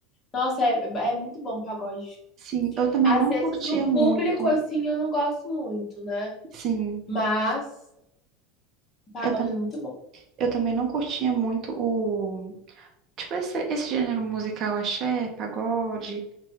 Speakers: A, on the left; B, on the right.
A: Nossa, é, é muito bom o pagode.
B: Sim, eu também
A: Às
B: não
A: vezes
B: curtia
A: o
B: muito.
A: público, assim, eu não gosto muito, né?
B: Sim,
A: Mas o pagode
B: eu, tam
A: é muito bom.
B: eu também não curtia muito o. Tipo, esse, esse gênero musical, axé, pagode,